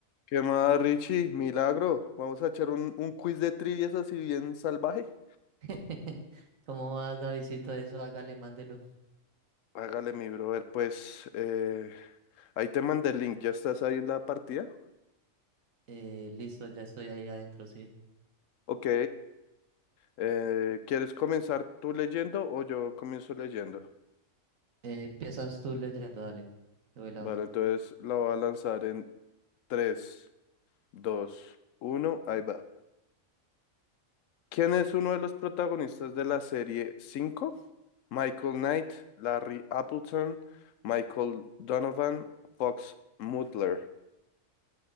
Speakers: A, on the left; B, on the right.
A: ¿Qué más, Richie? Milagro. Vamos a echar un, un quiz de trivias así bien salvaje.
B: <laughs> ¿Cómo vas, Davidito? Eso, hágale, mándelo.
A: Hágale, mi brother, pues eh, ahí te mandé el link. ¿Ya estás ahí en la partida?
B: Eh, listo, ya estoy ahí adentro, sí.
A: Ok. eh, ¿quieres comenzar tú leyendo o yo comienzo leyendo?
B: Eh, empiezas tú leyendo, dale. Te doy la
A: Vale,
B: otra.
A: entonces la voy a lanzar en tres, dos, uno. Ahí va. ¿Quién es uno de los protagonistas de la serie 5? Michael Knight, Larry Appleton, Michael Donovan, Fox Mudler.